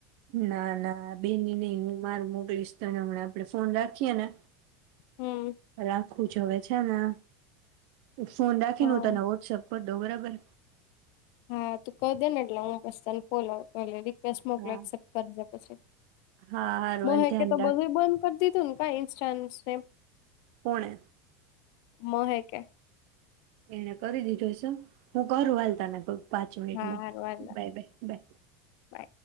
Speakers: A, on the right (about 65°); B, on the left (about 60°).
A: ના ના બેની નઈ હું મારું મોકલીશ તને હમણા આપડે ફોન રાખીએ ને
B: હમ
A: હરા ખુંજવે છે ને ફોન રાખીને
B: હા
A: હુ તને વોટ્સઅપ <unintelligible>
B: હા તું ક દે ને એટલે હુ પસ તને <unintelligible> <unintelligible> મોકલો
A: હા
B: એસેપ્ટ કરીજે પછી
A: હા હારું
B: મોહેકે
A: હાલ ધ્યાન
B: તો
A: રાખ
B: બધું ઈ બંધ કરી દીધું ને કઈ ઇન્સ્ટા ને સેમ
A: પોણે
B: મહેક એ
A: એને કરી દીધું હશે હું કરું હાલતાના પગ પાંચ મિનિટમાં
B: હા હારું હાલ
A: બાય બાય બાય.
B: બાય